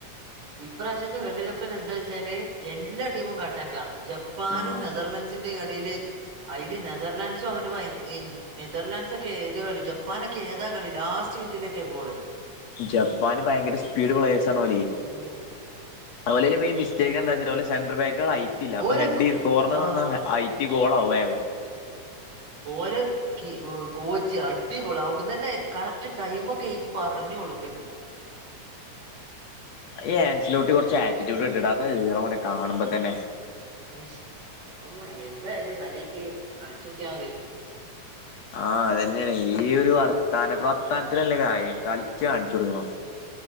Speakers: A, on the right; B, on the left.
A: ഇപ്രാവശ്യത്തെ വേൾഡ് കപ്പന് എന്താച്ചാല് എല്ലാ ടീമും കട്ടക്കാ ജപ്പാനും
B: ആഹ്
A: നെതർലൻഡസും ന്റെ എടയില് അയ്ല് നെതർലാൻഡ്സും അങ്ങോട്ട് നെതർലാൻറ്സ് ഒക്കെ ഏത് കള ജപ്പാനൊക്കെ ഏതാ കളി ലാസ്റ്റ് മിനിറ്റിലക്കാ ഗോള്
B: ജപ്പാന് ഭയങ്കര സ്പീഡ് പ്ളയേഴ ആണ് ഓല്
A: ഉം.
B: ഓലയിലെ മറ്റേക്ക്
A: ആ.
B: എാ വച്ചട്ട സെൻറർ ബേഗുക ഐറ്റ്ല്ല അപ്പൊ
A: ഓരെ
B: ഹെഡ്
A: കോ-
B: കോർണർന്ന്
A: ആ
B: ഹഐറ്റ് കോളാവും വേഗം
A: ഓര് കോച്ച് അടിപൊളെ അവിടന്ന് തന്നെ കറക്റ്റ് ടൈമ ഒക്കെ എഴുത്തി പറഞ്ഞു കൊടുക്കണ്ട്
B: ഈ ആൻസിലോട്ട കുറച്ച് ആറ്റൂറ്റൂഡ്ടാത അതാ ഈറ ഓനെ കാണുബോൾ തന്നെ
A: അയ്ഷ് എന്തായാലും മര്യായ്ക്ക് കളിച്ചട്ടിയാ മതി
B: ആഹ് അത്തന്നെയാണ് ഈ ഒരു വർത്ത വർത്താനത്തിലല്ല കാര്യം കളിച്ചു കാണിച്ചു കൊടുക്കണം